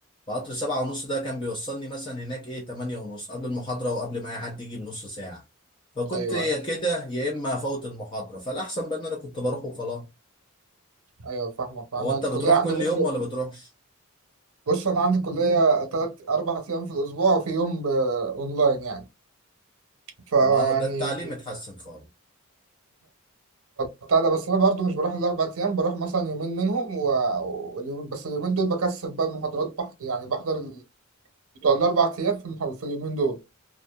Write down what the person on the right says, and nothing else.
ايوه
ايوه
ايوه فاهمك انا
الكليه
عندي
برضه
بص انا عندي كليه تلات اربع ايام في الاسبوع وفي يوم ب- اونلاين يعني فيعني
فبتاع ده بس انا برضه مش بروح الاربع ايام بروح مثلا يومين منهم و... و... بس اليومين دول بكثف بقى المحاضرات بح... يعني بحضر ال... بتوع الاربع ايام في, المح... في اليومين دول